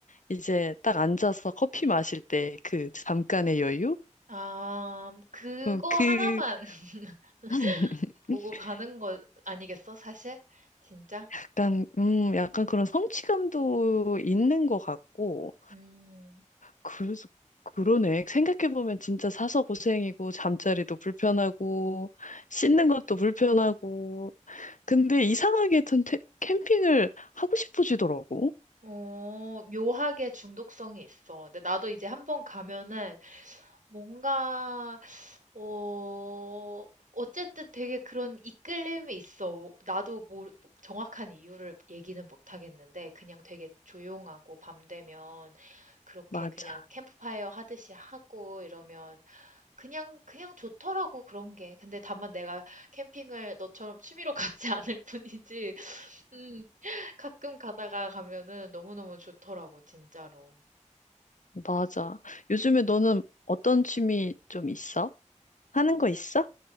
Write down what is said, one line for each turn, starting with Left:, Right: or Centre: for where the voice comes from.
Left: 이제 딱 앉아서 커피 마실 때 그 잠깐의 여유?
Right: 아, 그거
Left: 어, 그
Right: 하나만. <laughs>
Left: <laughs>
Right: 보고 가는 거 아니겠어, 사실? 진짜?
Left: 약간 음 약간 그런 성취감도 있는 것 같고
Right: 음,
Left: 그래서 그러네 생각해 보면 진짜 사서 고생이고 잠자리도 불편하고 씻는 것도 불편하고 근데 이상하게 전 태- 캠핑을 하고 싶어지더라고
Right: 어, 묘하게 중독성이 있어. 근데 나도 이제 한 번 가면은 뭔가, 어, 어쨌든 되게 그런 이끌림이 있어. 나도 뭐 정확한 이유를 얘기는 못 하겠는데, 그냥 되게 조용하고 밤 되면 그렇게
Left: 맞아
Right: 그냥 캠프파이어 하듯이 하고 이러면 그냥 그냥 좋더라고 그런 게. 근데 다만 내가 캠핑을 너처럼 취미로 <laughs> 가지 않을 뿐이지. 음, 가끔 가다가 가면은 너무너무 좋더라고 진짜로.
Left: 맞아 요즘에 너는 어떤 취미 좀 있어? 하는 거 있어?